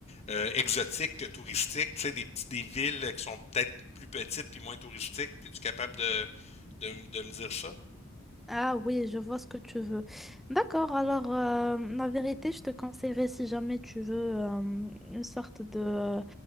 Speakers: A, on the left; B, in the centre.
A: euh, exotiques que touristiques. Tu sais, des petits, des villes qui sont peut-être plus petites puis moins touristiques. Es-tu capable de, de, m- de me dire ça?
B: Ah oui, je vois ce que tu veux. D'accord, alors euh, la vérité, je te conseillerais si jamais tu veux euh, une sorte de,